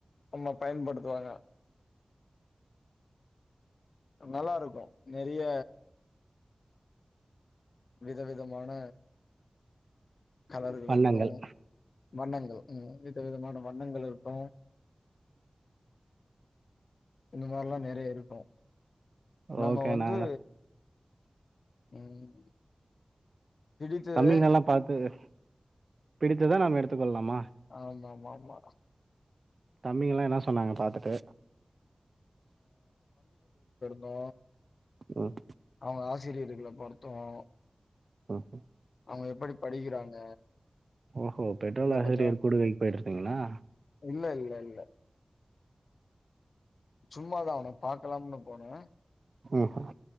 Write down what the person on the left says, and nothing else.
ஆமா பயன்படுத்துவாங்க நல்லா இருக்கு நெறைய விதவிதமான கலர்கள்
இருக்கு வண்ணங்கள் ம் வித விதமான வண்ணங்கள் இருக்கு இந்த மாரில்லா நெறைய இருக்கு நம்ம
வந்து
ம் பிடித்தது
ஆமாமாமா
தோ
அவ்ங்க ஆசிரியர்களை பொருத்துவோ
அவங்க எப்படி படிக்கிறாங்க
இத
பத்திலா
இல்ல இல்ல இல்ல சும்மாதா அவன பாக்கலாம்னு போனே